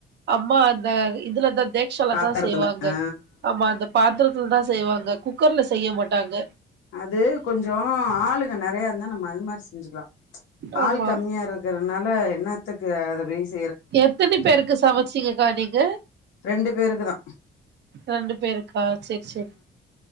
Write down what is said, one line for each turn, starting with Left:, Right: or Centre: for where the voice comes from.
Right: அம்மா அந்த இதுல தா லா
Left: பாத்தரத்துல
Right: தான் செய்வாங்க
Left: ஆ
Right: ஆமா அந்த பாத்திரத்த தான் செய்வாங்க குக்கர்ல செய்ய மாட்டாங்க
Left: அது கொஞ்சம் ஆளுங்க நெறையா இருந்தா நம்ம அது மாதிரி செஞ்சுக்கலாம்
Right: ஆமா
Left: ஆள் கம்மியா இருக்கற அதனால என்னத்துக்கு அத வேஷ்
Right: எத்தனை பேருக்கு சமைச்சீங்கக்கா நீங்க
Left: ரெண்டு பேருக்கு தா
Right: ரெண்டு பேருக்கா சேர் சேர்